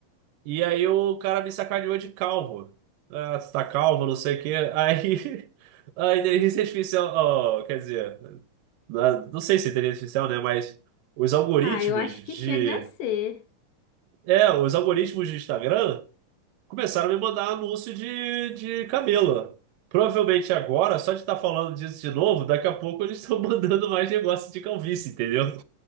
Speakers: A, on the right (about 85°); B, on the left (about 85°).
A: E aí o cara me sacaneou de calvo. Ah, você tá calvo, não sei o quê. Aí <laughs> a inteligência artificial, oh, quer dizer, na- não sei se é inteligência artificial, né? Mas os algoritmos
B: ah, eu acho
A: de.
B: que chega a ser
A: É, os algoritmos de Instagram. Começaram a me mandar anúncio de, de camelo. Provavelmente agora, só de estar falando disso de novo, daqui a pouco eles estão <laughs> mandando mais negócio de calvície, entendeu?